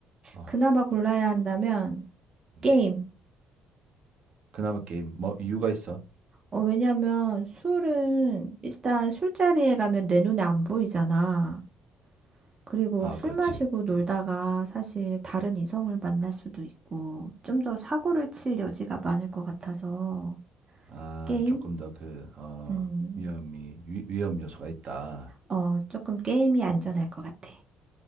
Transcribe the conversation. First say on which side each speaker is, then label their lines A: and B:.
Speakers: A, on the right; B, on the right.
A: 어,
B: 그나마 골라야 한다면,
A: 음.
B: 게임.
A: 그나마 게임 뭐 이유가 있어?
B: 어, 왜냐면 술은 일단 술자리에 가면 내 눈에 안 보이잖아. 그리고
A: 아,
B: 술
A: 그렇지.
B: 마시고 놀다가
A: 어.
B: 사실 다른 이성을 만날 수도 있고, 좀 더 사고를 칠 여지가 많을 것 같아서,
A: 아,
B: 게임?
A: 조금 더 그, 어,
B: 음,
A: 위험이 위, 위험 요소가 있다.
B: 어, 조금 게임이 안전할 것 같아.